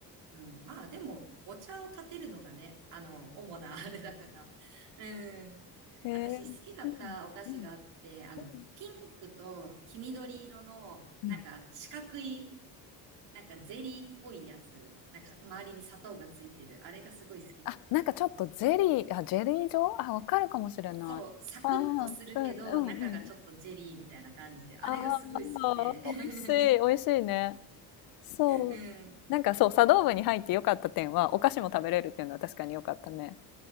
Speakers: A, on the right; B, on the left.
A: ん。まあでも、お茶を立てるのがね、あの、主なあれだから。うん。
B: へえ。
A: 私好きだったお菓子があって、
B: うん。うん。うん。
A: あの、
B: うん。
A: ピンクと黄緑色の、
B: うん
A: なんか四角い、なんかゼリーっぽいやつ、なんか周りに砂糖がついてる、あれがすごい好きだったんだよね。
B: あ、なんかちょっとゼリーあ、ジェリー状？あ、わかるかもしれない。
A: そう、サクッとするけど、
B: ああ、うん、
A: 中がちょっとジェリーみたいな感じで、
B: うんうん。
A: あれがすごい好きで。
B: ああ、
A: <laughs>
B: 美味しい、美味しいね。そう。
A: うん、
B: なんかそう、茶道部に入って良かった点は、お菓子も食べれるっていうのは確かに良かったね。